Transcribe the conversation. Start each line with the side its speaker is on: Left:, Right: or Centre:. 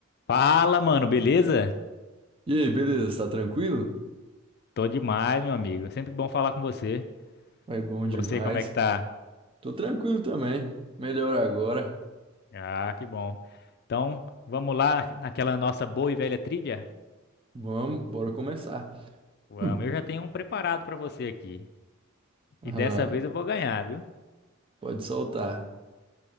Left: Fala, mano, beleza?
Right: E aí, beleza? Tá tranquilo?
Left: Tô demais, meu amigo. É Sempre bom falar com você.
Right: Vai bom
Left: Você,
Right: demais.
Left: como é que tá?
Right: Tô tranquilo também. Melhor agora.
Left: Ah, que bom. Então, vamos lá naquela nossa boa e velha trivia?
Right: Vamos, bora começar.
Left: Vamos,
Right: Hum.
Left: eu já tenho um preparado pra você aqui. E
Right: Ah,
Left: dessa vez eu vou ganhar, viu?
Right: pode soltar.